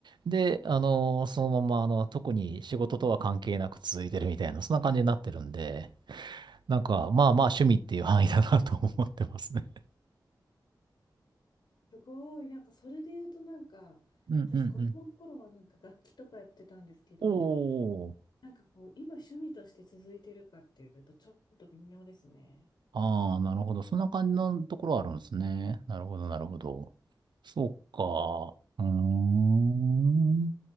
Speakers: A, on the right (about 75°); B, on the left (about 70°).
A: で、
B: うん
A: あの、そのまま、あの、特に仕事とは関係なく続いてるみたいな、そんな感じになってるんで、なんか、まあまあ趣味っていう範囲だなと思ってますね。
B: すごい、なんかそれで言うとなんか、
A: うんうんうん。
B: 私子供の頃はなんか楽器とかやってたんですけど、
A: おー。
B: なんかこう、今趣味として続いてるかっていうとちょっと微妙ですね。
A: ああ、なるほど。そんな感じのところあるんですね。なるほど、なるほど。そうか。うーん。